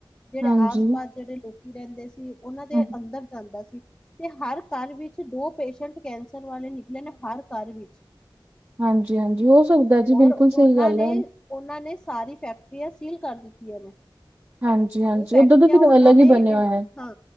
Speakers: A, on the left; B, on the right.
A: ਜਿਹੜੇ
B: ਹਾਂਜੀ,
A: ਆਸ ਪਾਸ ਜਿਹੜੇ ਲੋਕੀ ਰਹਿੰਦੇ ਸੀ ਉਹਨਾਂ ਦੇ
B: ਹਮ,
A: ਅੰਦਰ ਜਾਂਦਾ ਸੀ ਤੇ ਹਰ ਘਰ ਵਿੱਚ ਦੋ ਪੇਸ਼ੈਂਟ ਕੈਂਸਰ ਵਾਲੇ ਨਿਕਲੇ ਨੇ ਹਰ ਘਰ ਵਿੱਚ
B: ਹਾਂਜੀ ਹਾਂਜੀ ਹੋ ਸਕਦਾ ਜੀ
A: ਔਰ
B: ਬਿਲਕੁਲ
A: ਉਹਨਾਂ
B: ਸਹੀ ਗੱਲ
A: ਨੇ
B: ਹੈ
A: ਉਹਨਾਂ ਨੇ ਸਾਰੀ ਫੈਕਟਰੀਆਂ ਸੀਲ ਕਰ ਦਿੱਤੀਆਂ ਮੈਂ
B: ਹਾਂਜੀ, ਹਾਂਜੀ
A: ਉਹ ਫੈਕਟਰੀਆਂ
B: ਉਦਾਂ ਦਾ ਫਿਰ
A: ਉਹਨਾਂ
B: ਅਲੱਗ
A: ਨੇ
B: ਹੀ ਬਣਿਆ ਹੋਇਆ ਹੈ
A: ਹਾਂ